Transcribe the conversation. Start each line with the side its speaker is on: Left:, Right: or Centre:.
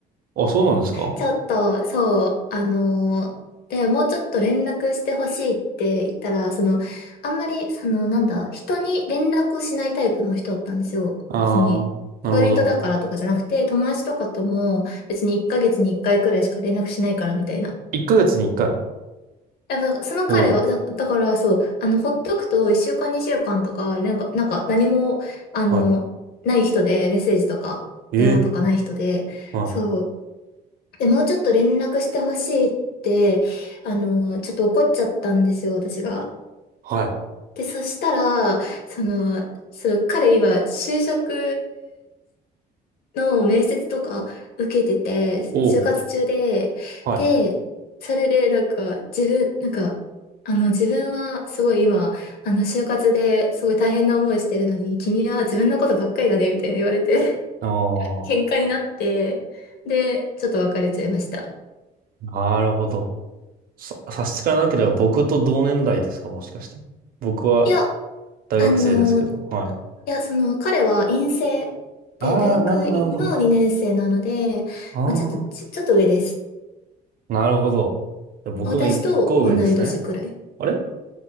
Right: あ、そうなんですか
Left: ちょっと、そう、あのー、で、もうちょっと連絡してほしいって言ったら、その、あんまり、その、なんだ、人に連絡をしないタイプの人だったんですよ。
Right: ああー、
Left: 別に、
Right: なるほど。
Left: 恋人だからとかじゃなくて、友達とかとも、別に1ヶ月に1回くらいしか連絡しないからみたいな。
Right: 1ヶ月に1回。
Left: やっぱ、その彼は、
Right: おお、
Left: だ、だからそう、あの、ほっとくと1週間2週間とか、なんか、なんか何も、あの、
Right: はい。
Left: ない人で、メッセージとか、
Right: ええ、
Left: 電話とかない人で、
Right: はい。
Left: そう。で、もうちょっと連絡してほしいって、あの、ちょっと怒っちゃったんですよ、私が。
Right: はい。
Left: で、そしたら、その、その彼今、就職の面接とか受けてて、
Right: おお、
Left: 就活中で、
Right: はい。
Left: で、それでなんか、自分、なんか、あの、自分はすごい今、あの、就活ですごい大変な思いしてるのに、君は自分のことばっかりだね、みたいな言われて、
Right: ああ、
Left: <laughs> 喧嘩になって、で、ちょっと別れちゃいました。
Right: なるほど。さ、差し支えなければ僕と同年代ですかもしかして。僕は
Left: いや、あ
Right: 大学生ですけど。
Left: のい
Right: はい。
Left: や、その、彼は院生で、
Right: ああ、
Left: 大学院の2年生なので、
Right: なるほど、なるほど。あ
Left: まあ、ちょっとち、ちょっと上です。
Right: あ、なるほど。じゃあ僕の一個上ですね。
Left: 私と同い年くらい。
Right: あれ